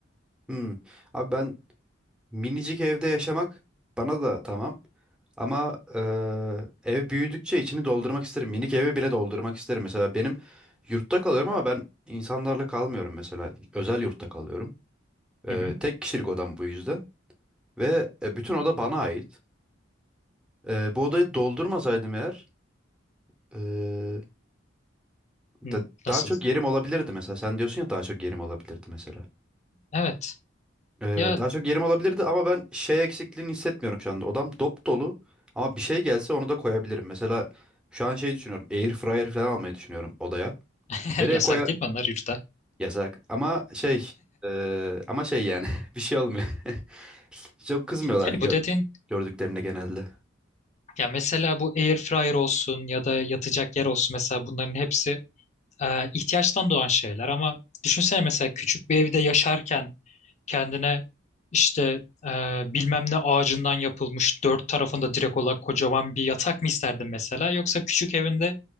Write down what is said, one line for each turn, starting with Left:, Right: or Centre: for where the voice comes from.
Centre: Hmm. Abi ben Minicik evde yaşamak bana da tamam. Ama eee, ev büyüdükçe içini doldurmak isterim. Minik evi bile doldurmak isterim. Mesela benim yurtta kalıyorum ama ben insanlarla kalmıyorum mesela. Özel yurtta kalıyorum. Eee,
Left: Hı hı.
Centre: tek kişilik odam bu yüzden. Ve e, bütün oda bana ait. Eee, bu odayı doldurmasaydım eğer eee,
Left: Hı,
Centre: da-
Left: Nasıl?
Centre: daha çok yerim olabilirdi mesela. Sen diyorsun ya daha çok yerim olabilirdi mesela.
Left: Evet.
Centre: Ee,
Left: Ya
Centre: daha çok yerim olabilirdi ama ben şey eksikliğini hissetmiyorum şu anda. Odam dop dolu ama bir şey gelse onu da koyabilirim. Mesela şu an şey düşünüyorum. Air fryer falan almayı düşünüyorum odaya.
Left: <laughs>
Centre: Nereye
Left: yasak
Centre: koyar?
Left: değil mi onlar yurtta?
Centre: Yasak. Ama şey ee, ama şey yani <laughs> bir şey olmuyor. <laughs> Çok kızmıyorlar
Left: Yani
Centre: gö-
Left: bu dediğin
Centre: gördüklerinde genelde.
Left: ya mesela bu air fryer olsun ya da yatacak yer olsun mesela bunların hepsi e, ihtiyaçtan doğan şeyler ama düşünsene mesela küçük bir evde yaşarken kendine işte e, bilmem ne ağacından yapılmış dört tarafında direk olan kocaman bir yatak mı isterdin mesela yoksa küçük evinde